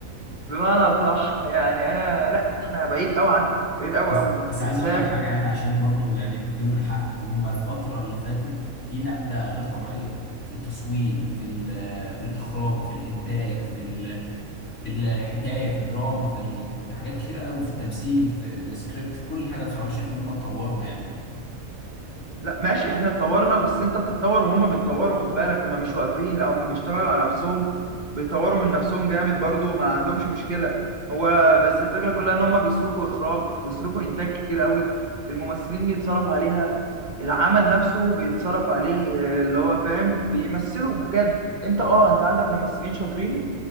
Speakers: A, on the right; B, on the left.
A: بمعنى صح يعني انا لا احنا بعيد قوي عنه بعيد قوي
B: بس
A: قوي
B: بس عايز
A: انتاج
B: أقول لك حاجة يعني عشان برضو يعني نديهم الحق هم الفترة اللي فاتت في نقلة غير طبيعية في التصوير في ال- في الإخراج في الإنتاج في ال- في الحكاية في الدراما في ال- في حاجات كتير قوي في التمثيل في السكريبت في كل حاجة بصراحة شايف إن هم اتطوروا يعني
A: لا ماشي احنا اتطورنا بس انت بتتطور وهم بيتطوروا خد بالك هم مش واقفين لا هم بيشتغلوا على نفسهم بيتطوروا من نفسهم جامد برضو ما عندهمش مشكلة هو بس الفكرة كلها ان هم بيصرفوا اخراج بيصرفوا انتاج كتير قوي الممثلين بيتصرف عليها العمل نفسه بيتصرف عليه اه، اللي هو فاهم بيمثلوا بجد انت اه انت عندك ممثلين شاطرين